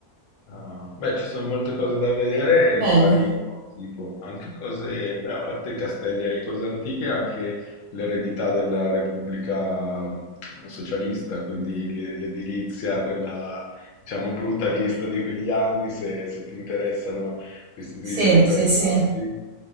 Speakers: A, on the left (about 70°); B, on the right (about 75°).
A: Ah, beh, ci sono molte cose da vedere
B: Bello.
A: di vario tipo, anche cose, beh, a parte i castelli e cose antiche, anche l'eredità della Repubblica mh, socialista, quindi le- l'edilizia, quella diciamo brutalista di quegli anni, se, se ti interessano questo
B: Sì,
A: tipo di paesaggi.
B: sì, sì.